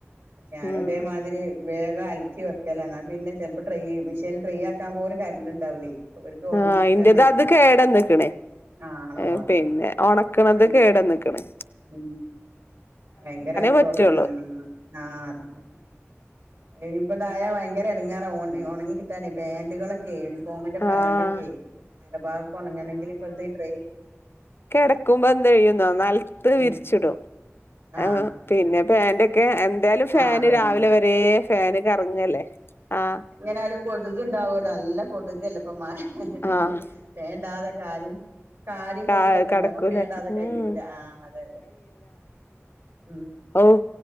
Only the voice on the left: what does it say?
ഉം
ആഹ്
ഇന്റത് അത് കേടാന്നെക്കണ്
ആഹ്
പിന്നെ ഒണക്കണത്
കേടന്നക്കണ്
പറ്റുള്ളൂ
ആഹ്
കെടക്കുമ്പോ എന്ത് ചെയ്യുന്നോ നെലത്ത്
വിരിച്ചിടും
ആഹ് പിന്നെ പാന്റെ ക്കെ എന്തായാലും ഫാന്
രാവിലെ വരേ ഫാന് കറങ്ങല്ലേ ആഹ്
ആഹ്
ആഹ് കടക്കൂല
ഉം
ഓഹ്